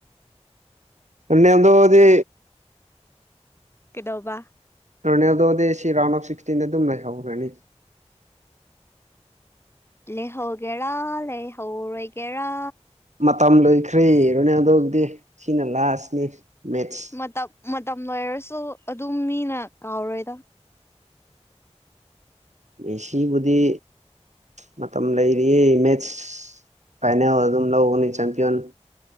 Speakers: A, on the right; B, on the left.
A: ꯔꯣꯅꯥꯜꯗꯣꯗꯤ
B: ꯀꯗꯧꯕ
A: ꯔꯣꯅꯥꯜꯗꯣꯗꯤ ꯁꯤ ꯔꯥꯎꯟ ꯑꯣꯐ ꯁꯤꯛꯁꯇꯤꯟꯗ ꯑꯗꯨꯝ ꯂꯩꯍꯧꯈ꯭ꯔꯥꯅꯤ
B: ꯂꯩꯍꯧꯒꯦꯔ ꯂꯩꯍꯧ ꯔ‌ꯣꯏꯒꯦꯔ
A: ꯃꯇꯝ ꯂꯣꯏꯈ꯭ꯔꯦ ꯔꯣꯅꯥꯜꯗꯣ ꯒꯤꯗꯤ ꯁꯤꯅ ꯂꯥꯁꯅꯤ ꯃꯦꯠꯁ
B: ꯃꯇꯝ ꯃꯇꯝ ꯂꯣꯏꯔꯁꯨ ꯑꯗꯨꯝ ꯃꯤꯅ ꯀꯥꯎꯔꯣꯏꯗ
A: ꯃꯦꯁꯤꯕꯨꯗꯤ ꯃꯇꯝ ꯂꯩꯔꯤꯌꯦ ꯃꯦꯠꯁ ꯐꯥꯏꯅꯦꯜ ꯑꯗꯨꯝ ꯂꯧꯒꯅꯤ ꯆꯦꯝꯄꯤꯌꯟ